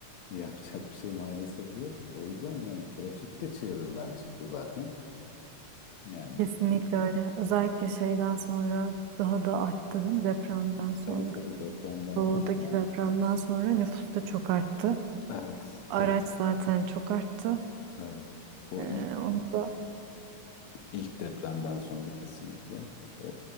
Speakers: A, on the left; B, on the right.
A: Yapacak bir şey maalesef yok. O yüzden yani trafik de çığırından çıktı zaten. Yani
B: kesinlikle öyle. Özellikle şeyden sonra daha da arttı değil mi depremden sonra.
A: tabii tabii depremden
B: Doğudaki
A: sonra
B: depremden sonra nüfus da çok arttı.
A: evet
B: Araç
A: tabii
B: zaten çok arttı.
A: evet. O
B: Ee,
A: ilk
B: onu da
A: ilk depremden sonra kesinlikle e,